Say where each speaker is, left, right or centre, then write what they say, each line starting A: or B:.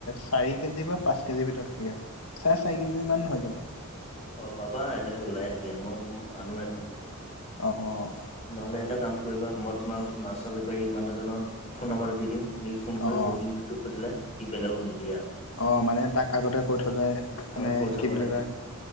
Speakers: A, on the left; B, on the left.
A: চাৰি কেজি বা পাঁচ কেজিৰ ভিতৰত লাগে আৰু <unintelligible> চাৰে চাৰি কেজি মান হৈ যাব।
B: অ' পাবা এনেকে ওলাই থাকে। মই আনোৱে নহয়।
A: অ' অ'
B: নহ'লে এটা কাম কৰিবা। মই তোমাৰ মাছৰ বেপাৰী মানুহজনৰ ফোন নম্বৰটো দি দিম। তুমি ফোন
A: অঁ
B: কৰি
A: অঁ
B: বুকিংটো কৰি থৈ দিলে, সি বেলেগক নিদিয়ে আৰু
A: অ' মানে তাক আগতে কৈ থ'লে মানে
B: অ কৈ থব
A: কি বুলি
B: লাগে
A: কয়।